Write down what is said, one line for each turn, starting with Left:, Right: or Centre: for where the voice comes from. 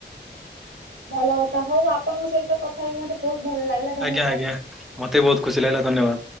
Right: ଭଲ କଥା ହଉ ଆପଣଙ୍କ ସହିତ କଥା ହେଇକି ମତେ ବହୁତ ଭଲ ଲାଗିଲା ଧନ୍ୟବାଦ।
Centre: ଆଜ୍ଞା ଆଜ୍ଞା ମତେ ବି ବହୁତ ଖୁସି ଲାଗିଲା ଧନ୍ୟବାଦ।